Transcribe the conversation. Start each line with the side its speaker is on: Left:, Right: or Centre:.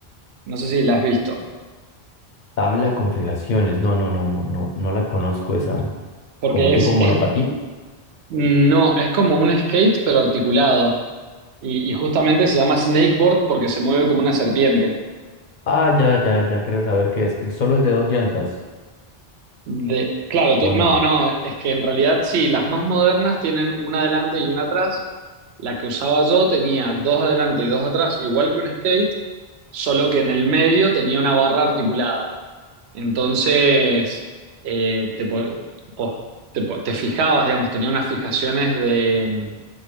Right: No sé si la has visto,
Left: Tabla de configuraciones, no, no, no, no, no la conozco esa.
Right: porque
Left: ¿Como
Right: es,
Left: tipo monopatín?
Right: es, no, es como un skate pero articulado y, y justamente se llama snakeboard porque se mueve como una serpiente.
Left: Ah, ya, ya, ya creo saber qué es, que solo es de dos llantas,
Right: De, claro, ti-
Left: ¿o no?
Right: no, no, es que en realidad sí, las más modernas tienen una adelante y una atrás. La que usaba yo tenía dos adelante y dos atrás, igual que un skate, solo que en el medio tenía una barra articulada. Entonces, eh, te, po- po- te po- te fijabas, digamos, tenía unas fijaciones de,